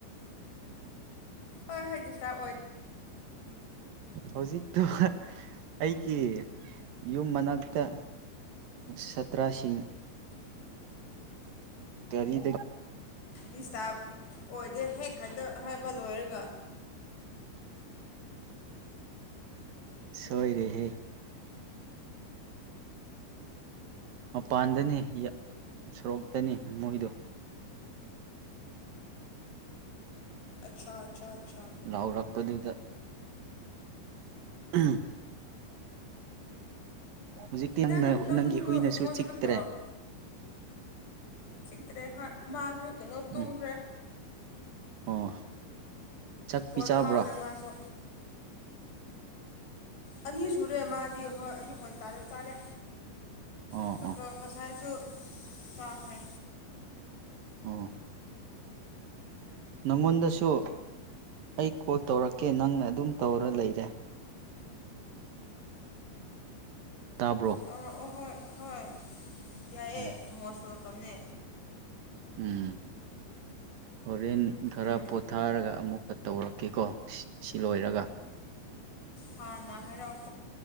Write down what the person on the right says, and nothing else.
ꯍꯧꯖꯤꯛꯇꯣ ꯑꯩꯒꯤ ꯌꯨꯝ ꯃꯅꯥꯛꯇ ꯁꯇ꯭ꯔꯥꯁꯤꯡ
ꯀꯔꯤꯗ
ꯁꯏꯔꯍꯦ ꯃꯄꯥꯟꯗꯅꯤ ꯁꯣꯔꯣꯛꯇꯅꯤ ꯃꯣꯏꯗꯨꯣ
ꯂꯥꯎꯔꯛꯄꯗꯨꯗ ꯎꯝ ꯍꯧꯖꯤꯛꯇꯤ
ꯅꯪꯒꯤ ꯍꯨꯏꯅꯁꯨ
ꯆꯤꯛꯇ꯭ꯔꯦ
ꯎꯝ ꯑꯣ ꯆꯥꯛ
ꯄꯤꯖꯕ꯭ꯔꯥ
ꯑꯣ
ꯑꯣ
ꯑ ꯅꯪꯉꯣꯟꯗꯁꯨ ꯑꯩ ꯀꯣꯜ ꯇꯧꯔꯛꯀꯦ ꯅꯪꯅ ꯑꯗꯨꯝ ꯇꯧꯔ ꯂꯩꯔꯦ ꯇꯥꯕ꯭ꯔꯣ
ꯎꯝ
ꯎꯝ ꯍꯣꯔꯦꯟ ꯈꯔ
ꯄꯣꯊꯥꯔꯒ ꯑꯃꯨꯛꯀ ꯇꯧꯔꯛꯀꯦꯀꯣ ꯁꯤ ꯂꯣꯏꯔꯒ